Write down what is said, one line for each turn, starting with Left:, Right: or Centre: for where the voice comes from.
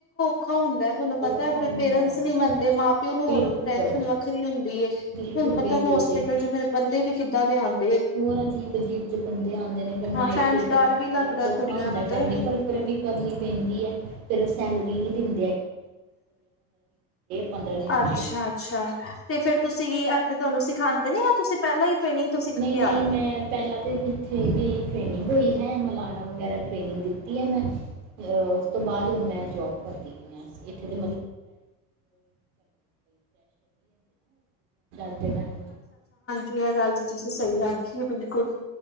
Left: ਹਾਂ <unintelligible> ਤੁਹਾਨੂੰ ਪਤਾ
Right: ਔਖਾ ਹੁੰਦਾ
Left: ਫੇਰ ''ਪੇਰੈਂਟਸ
Right: ਹੈ।
Left: ਨੀ ਮੰਨਦੇ ਮਾਂ -ਪਿਓ ਨੂੰ
Right: ਬਿਲਕੁਲ
Left: ਹੋਰ ਟੈਨਸ਼ਨ ਵੱਖਰੀ ਹੁੰਦੀ। ਤੁਹਾਨੂੰ
Right: ਬਿਲਕੁਲ
Left: ਪਤਾ
Right: ਬਿਲਕੁਲ
Left: ਹੋਸਪਿਟਲ'ਚ
Right: ਜੀ
Left: ਫਿਰ ਬੰਦੇ ਵੀ ਕਿੱਦਾਂ ਦੇ ਹਨ?
Right: ਹੋਰ ਅਜੀਬ ਅਜੀਬ'ਚ ਬੰਦੇ ਆਉਂਦੇ ਨੇ ਫਿਰ ਨਾਈਟ
Left: ਹਾਂ ਸੈਂਸ
Right: ਸ਼ਿਫਟ
Left: ਡਰ ਵੀ ਲੱਗਦਾ
Right: ਬਹੁਤ ਔਖਾ
Left: ਕੁੜੀਆਂ
Right: ਹੁੰਦਾ
Left: ਨੂੰ ਤੇ
Right: ਕਰਨੀ ਪਰ ਫਿਰ ਵੀ ਕਰਨੀ ਪੈਂਦੀ ਹੈ, ਫਿਰ ਸੈਲਰੀ ਨਹੀਂ ਦਿੰਦੀ। ਪੰਦਰਾਂ ਦਿਨ
Left: ਅੱਛਾ-ਅੱਛਾ
Right: ਨਾਈਟ
Left: ''ਤੇ ਫੇਰ ਤੁਸੀਂ ਕੀ ਇੱਥੇ ਤੁਹਾਨੂੰ ਸਿਖਾਉਦੇ ਨੇ ਤੁਸੀਂ ਪਹਿਲਾਂ ਹੀ ਟ੍ਰੇਨਿੰਗ ਤੋਂ ਸਿੱਖ
Right: ਨਹੀਂ-
Left: ਕੇ
Right: ਨਹੀਂ
Left: ਆਏ ਹੋ
Right: ''ਮੈਂ ਪਹਿਲਾਂ ਤੇ ਕਿੱਥੇ ਮੇਰੀ ਟ੍ਰੇਨਿੰਗ ਹੋਈ ਹੈ ਮਲਾ ਵਗੈਰਾ, ਟ੍ਰੇਨਿੰਗ ਕੀਤੀ ਏ ਮੈਂ।''ੳਸ ਤੋਂ ਬਾਅਦ ''ਮੈਂ ਜੌਬ <unintelligible> ਪੈਸ਼ਰ ਨਹੀਂ ਐਥੇ ਰਾਤ ਦੇ ਟਾਈਮ
Left: ਕੀ ਹੈ ਗੱਲ ਤੇ, ਤੁਸੀਂ ਸਹੀ
Right: ਹੂੰ
Left: ਆਖੀਏ ਬਿਲਕੁਲ।